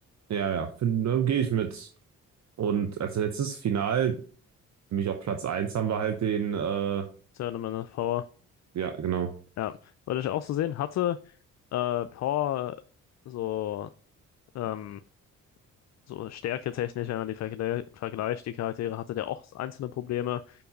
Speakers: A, on the right; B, on the left.
A: ja, ja. Find- Ne, gehe ich mit. Und als letztes Final, für mich auch Platz eins, haben wir halt den, äh,
B: Tournament of Power.
A: ja, genau.
B: Ja, wollte ich auch so sehen. Hatte äh, Power so, ähm, so stärketechnisch, wenn man die vergle vergleicht, die Charaktere, hatte der auch einzelne Probleme,